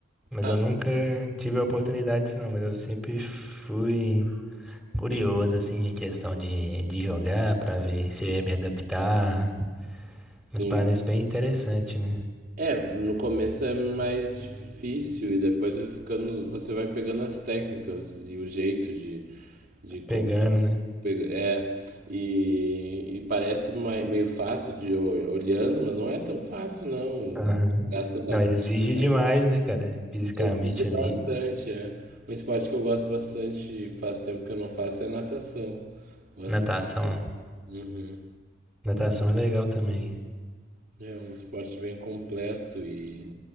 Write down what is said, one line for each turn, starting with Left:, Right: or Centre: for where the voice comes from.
Centre: Mas
Right: Ah,
Centre: eu nunca tive a oportunidade disso, não. Mas eu sempre fui curioso, assim, em questão de, de jogar pra ver se eu ia me adaptar.
Right: sim.
Centre: Mas parece bem interessante, né?
Right: É, no começo é mais difícil e depois vai ficando, você vai pegando as técnicas e o jeito de, de como
Centre: Pegando, né?
Right: pega- é e, e parece mai- meio fácil de o- olhando, mas não é tão fácil não.
Centre: Aham.
Right: Gasta bastante,
Centre: Não, exige demais, né, cara? Fisicamente
Right: exige bastante,
Centre: ali.
Right: é. Um esporte que eu gosto bastante, e faz tempo que eu não faço, é natação. Gosto.
Centre: Natação.
Right: Uhum.
Centre: Natação é legal também.
Right: É um esporte bem completo e